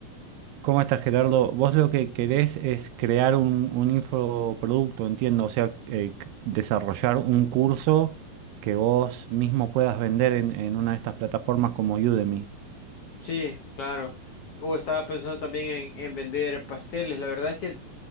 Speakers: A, on the right; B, on the left.
A: ¿Cómo estás, Gerardo? Vos lo que querés es crear un, un infoproducto, entiendo, o sea, eh, c- desarrollar un curso que vos mismo puedas vender en, en una de estas plataformas como Udemy.
B: Sí, claro. O estaba pensando también en, en vender pasteles. La verdad es que